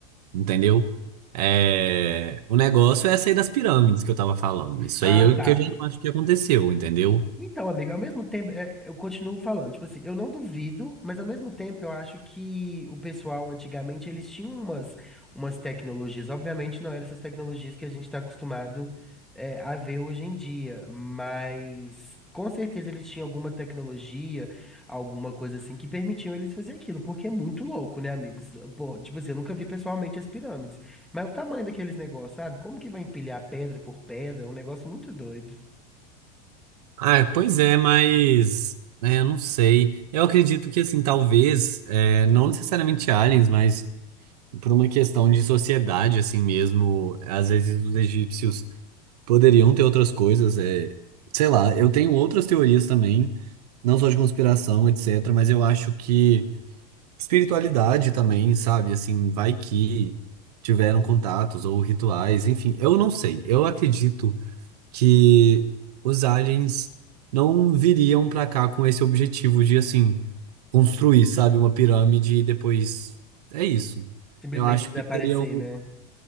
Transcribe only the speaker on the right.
entendeu? É, o negócio é sair das pirâmides que eu tava falando. Isso
aí eu,
que eu já não acho que aconteceu, entendeu?
Ah, pois é, mas é, eu não sei. Eu acredito que, assim, talvez, é, não necessariamente aliens, mas por uma questão de sociedade, assim mesmo, às vezes os egípcios poderiam ter outras coisas. É, sei lá, eu tenho outras teorias também, não só de conspiração, etc., mas eu acho que. espiritualidade também, sabe? Assim, vai que tiveram contatos ou rituais, enfim, eu não sei. Eu acredito que os aliens não viriam pra cá com esse objetivo de, assim, construir, sabe, uma pirâmide e depois é isso.
Eu acho
que teriam,